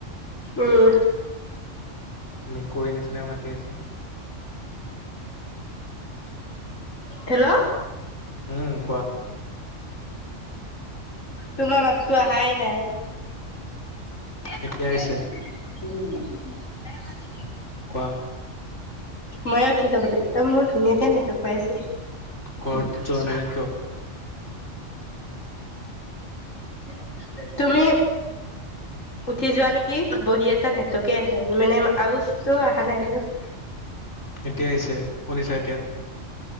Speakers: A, on the left; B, on the left.
A: উম
B: মেকুৰীৰ নিচিনা মাতি আছে
A: হেল্ল'
B: উম কোৱা
A: তোমাৰ মাততো অহাই নাই
B: এতিয়া
A: ম
B: আহিছে কোৱা।
A: ময়ে উঠি যাবটো। এই মোৰ ধুনীয়াকে নেটৱৰ্ক পাই আছে।
B: ঘৰত
A: তুমি
B: যোৱা
A: চোৱা
B: নাই
A: গৈ।
B: কিয়
A: <unintelligible> তুমি। উঠি যোৱা নেকি? বহি আছা নেটৱৰ্ককে অহা মানে আৰু টো অহা নাই আৰু।
B: এতিয় আহিছে। শুনিছা এতিয়া